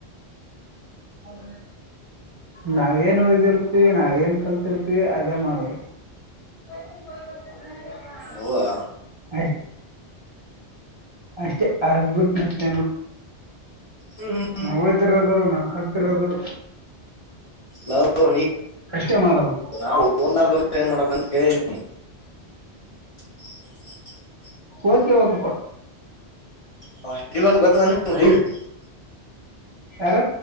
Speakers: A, on the right (about 40°); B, on the left (about 45°).
A: ಮ ನ ನಾವ ಏನ್ ಉಯ್ದಿರ್ತಿವಿ ನಾವ ಏನ್ ಕಲ್ತಿರ್ತಿವಿ ಅದೇ ಮಾಡದು <unintelligible>
B: ಹೌದಾ
A: ಆಯ್ತ ಅಷ್ಟೇ ಅದ್ಭುತ ಮತ್ತ
B: ಹ್ಮ
A: ನಾವ್ಯ್ದಿರೋದು ನಾವವು ಕಲ್ತಿರೋದು
B: ನದ
A: ಅಷ್ಟೇ ಮಾಡೋದು
B: ನಾ ಓದಲಾರ್ದ ಏನ್ ಮಾಡ್ಬೇಕಂತ ಕೇಳ <unintelligible> ಸರಿ <unintelligible>
A: ಓದ್ಕವಾಗಪ್ಪ
B: ಹ ಹೇಳ ಬ ಗ ನಾನ ಹ <unintelligible>
A: ಯಾರ